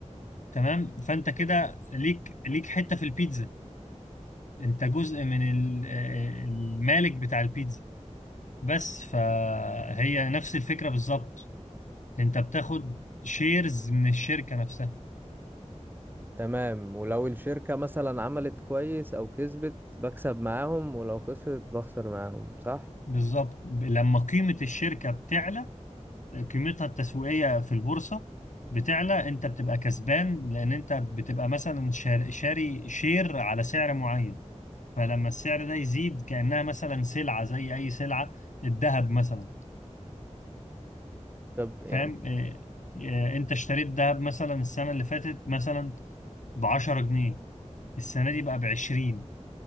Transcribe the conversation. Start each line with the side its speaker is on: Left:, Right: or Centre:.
Left: تمام فانت كده ليك ليك حتة في البيتزا انت جزء من ال- آه، المالك بتاع البيتزا بس فهي نفس الفكرة بالظبط انت بتاخد شيرز من الشركة نفسها
Right: تمام ولو الشركة مثلا عملت كويس او كسبت بكسب معاهم ولو خسرت بخسر معاهم صح
Left: بالظبط ب- لما قيمة الشركة بتعلى قيمتها التسويقية في البورصة بتعلى انت بتبقى كسبان لان انت بتبقى مثلا شار- شاري شير على سعر معين فلما السعر ده يزيد كأنها مثلا سلعة زي أي سلعة الذهب مثلا
Right: طب يعني
Left: فاهم إيه إيه أنت اشتريت ذهب مثلا السنة اللي فاتت مثلا ب 10 جنيه السنة دي بقى ب 20